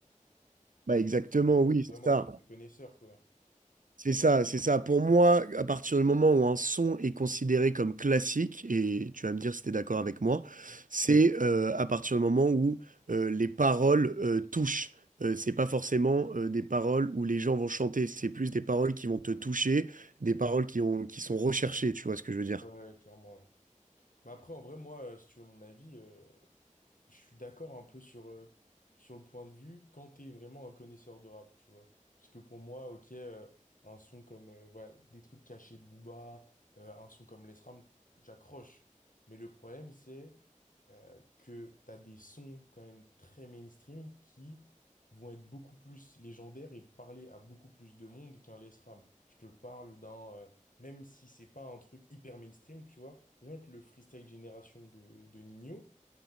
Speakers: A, on the right (about 85°); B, on the left (about 85°).
A: Bah exactement,
B: Du coup,
A: oui,
B: Vraiment
A: c'est ça.
B: un truc de connaisseur, quoi.
A: C'est ça, c'est ça. Pour moi, à partir du moment où un son est considéré comme classique, et tu vas me dire si tu es d'accord avec moi,
B: Ouais,
A: c'est euh, à partir du moment où euh, les paroles euh, touchent. Euh, c'est pas forcément euh, des paroles où les gens vont chanter, c'est plus des paroles qui vont te toucher, des paroles qui ont, qui sont recherchées, tu vois ce que je veux dire?
B: ouais, clairement, ouais. Mais après, en vrai, moi, euh, si tu veux mon avis, euh, je suis d'accord un peu sur, euh, sur le point de vue quand t'es vraiment un connaisseur de rap, tu vois. Parce que pour moi, ok, euh, un son comme euh, voilà, des trucs cachés de Booba, euh, un son comme les Ram, j'accroche. Mais le problème, c'est euh, que t'as des sons quand même très mainstream qui vont être beaucoup plus légendaires et parler à beaucoup plus de monde qu'un les Ram. Je te parle d'un, euh, même si c'est pas un truc hyper mainstream, tu vois, rien que le freestyle génération de, de Nino.